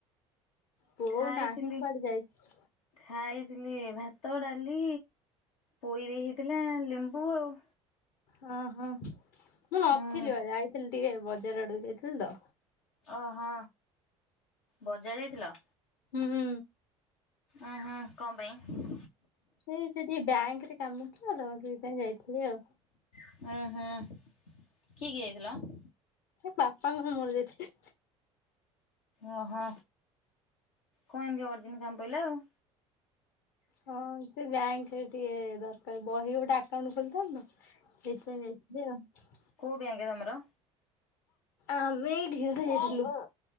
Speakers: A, on the left; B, on the left.
A: ବୋଉ
B: ଖାଇଥିଲି।
A: ନାହିଁ କୁଆଡେ ଯାଇଛି।
B: ଖାଇଥିଲି ଭାତ ଡାଲି ପୋଇ ଦେଇ ହେଇଥିଲା ଲେମ୍ବୁ ଆଉ।
A: ହଁ ହଁ ମୁଁ ନଥିଲି
B: ହୁଁ
A: ବା ଯାଇଥିଲି ଟିକେ ବଜାର ଆଡକୁ ଯାଇଥିଲି ତ।
B: ଓହୋ ବଯା ଯାଇଥିଲ?
A: ହୁଁ।
B: ଆ ହାଁ କଣ ପାଇଁ?
A: ଏ ସେଠି ଟିକେ ବ୍ୟାଙ୍କ ରେ କାମଥିଲା ତ ସେଥିପାଇ ଯାଇଥିଲି ଆଉ।
B: ଉ ହୁଁ କିଏ କିଏ ଯାଇଥିଲା?
A: ଏ ବାପା ଙ୍କର ମୋର ଯାଇଥିଲୁ।
B: ଓହୋ କଣ ଏମତି ଅରଜେନ୍ କାମ ପହିଲା ଆଉ।
A: ହଁ ସେ ବ୍ୟାଙ୍କ ରେ ଟିକେ ଦରକାର ବହି ଗୋଟେ ଆକାଉଣ୍ଟ ଖୋଲିଥାନ୍ତ ତ। ସେଇଥି ପାଇଁ ଯାଇ ଥିଲି ଆଉ।
B: କୋ ବ୍ୟାଙ୍କ୍ ତମର?
A: ଆମେଇ ଢିସ ହେଇଥିଲୁ।